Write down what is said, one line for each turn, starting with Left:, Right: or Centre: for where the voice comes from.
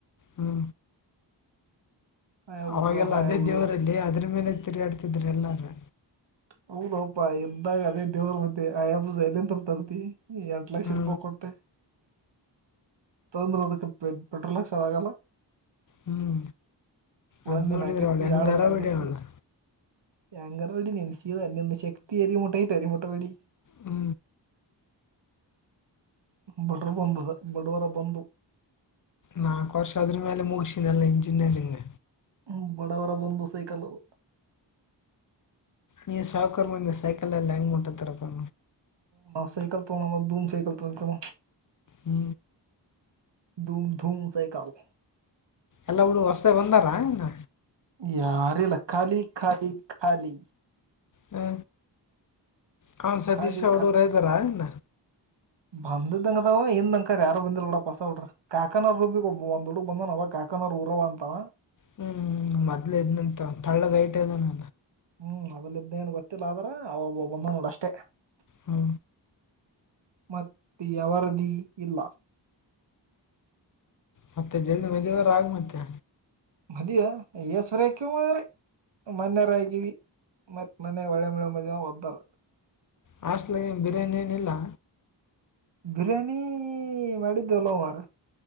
Left: ಹ್ಮ
Right: ಆಯಾಬುಜ
Left: ಅವಾಗೆಲ್ಲ
Right: ಹಾಯಾಬುಜ
Left: ಅದೇ ದೇವ್ರಲ್ಲ ಅದ್ರ ಮೇಲೆ ತಿರುಗಾಡ್ತಿದ್ರ ಎಲ್ಲಾರ
Right: ಹೌದೋಪ್ಪಾ ಇದ್ದಗ ಅದೇ ದೇವ್ರ ಮತ್ತೆ ಆಯಬುಜ ಎಲ್ಲ ಅಂತ ತರ್ತಿ. ಎಟ್ಟ ಲಕ್ಷರಪಾಯಿ
Left: ಹ್ಞೂ
Right: ಕೊಟ್ಟ ತಂದ್ರ ಅದಕ್ಕ ಪೇ ಪೆಟ್ರೋಲ್ ಹಾಕ್ಸೋದ್ ಅಗಲ್ಲ.
Left: ಹ್ಞೂ
Right: ಒಂದಿನ
Left: ಅದು ನೋಡಿದ್ರೆ
Right: ಹಾಕಸ್ತಿ
Left: ಅವಳು ಹೆಂಗಾರ
Right: ಯಾಡ ದಿನ ಹಾಕಸ್ತಿ.
Left: ಬಿಡಿ ಅವಳು
Right: ಎಂಗಾರ ಹೊಡಿ ನಿನ್ನ ಸೀದಾ ನಿನ್ನ ಶಕ್ತಿ ಎಲಿಮಟ್ಟ ಐತಿ ಅಲಿಮಟ್ಟ ಹೊಡಿ.
Left: ಹ್ಮ
Right: ಬಡರ ಬಂದದ ಬಡವರ ಬಂದು
Left: ನಾಕ್ ವರ್ಷ ಆದ್ರ ಮೇಲೆ ಮುಗಸಿನಲ್ಲ ಇಂಜಿನಿಯರಿಂಗ್.
Right: ಹ್ಮ ಬಡವರ ಬಂದು ಸೈಕಲ್ ಅದು.
Left: ನೀ ಸಾವುಕರ್ ಮಂದಿ ಸೈಕಲಲ್ಲಿ ಹೆಂಗ್ ಮುಟ್ಟತ್ತರಪ್ಪು.
Right: ನಾ ಸೈಕಲ್ ತೋಗೋ ಧೂಮ್ ಸೈಕಲ್ ತಗೊಂತನವ.
Left: ಹ್ಮ
Right: ಧೂಮ್ ಧೂಮ್ ಸೈಕಲ್
Left: ಎಲ್ಲ ಹುಡು ಹೊಸ್ತಾ ಬಂದಾರ ಏನ
Right: ಯಾರಿಲ್ಲ ಖಾಲಿ ಖಾಲಿ ಖಾಲಿ
Left: ಹ ಹಾ ಸತೀಶ
Right: ಖಾಲಿ
Left: ಉಡೋರ್ ಇದಾರಾ ಎನ್.
Right: ಬಂದದ್ದಂಗ ಅದಾವ ಇಂದ ಅಂಕರ ಯಾರು ಬಂದಿಲ್ಲಾಪ್ ಬಿಡಪಾ ಹೊಸಾ ಹುಡರ. ಕಾಕನವರ ರೂಮಿಗಿ ಒಬ್ಬ ಒಂದ ಹುಡುಗ್ ಬಂದಾನವ ಅವ ಕಾಕನವರ ಊರಾವ ಅಂತವ.
Left: ಹ್ಮ್ ಮದ್ಲೆ ಇದ್ನಂತ ತಳ್ಳಗ್ ಹೈಟ್ ಅದನ್.
Right: ಹ್ಮ್ ಮೊದಲ ಇದ್ದೇಏನ್ ಗೊತ್ತಿಲ್ಲ ಆದ್ರ ಅವ ಒಬ್ಬ ಬಂದನ ನೋಡ ಅಷ್ಟೇ.
Left: ಹಾ.
Right: ಮತ್ತ ಏವರದಿ ಇಲ್ಲ.
Left: ಮತ್ತೆ ಜಲ್ದಿ ಮದಿವರ ಆಗ ಮತ್ತೆ.
Right: ಮದಿವಾ ಎಸಬರಿ ಆಕಿಯೋ ಮಾರಾಯ. ಮನ್ನೆರ ಆಗಿ ಮತ್ತ ಮನ್ ಹೊಳ್ಳೆ ಮಳ್ಳೇ ಮದ್ವೆ ಆದ್ರ ಒದ್ದಾರ.
Left: ಹಾಸ್ಟೆಲನ್ಯಾಗ್ ಏನ್ ಬಿರಿಯಾನಿ ಏನಿಲಾ.
Right: ಬಿರಿಯಾನಿ ಮಾಡಿದ್ದಲ ವಾರ.